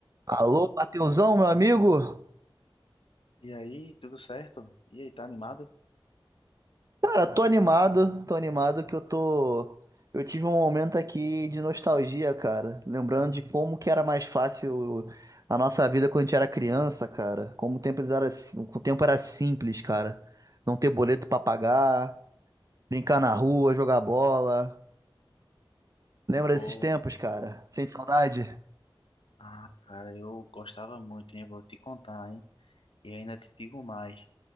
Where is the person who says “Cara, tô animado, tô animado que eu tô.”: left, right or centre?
Right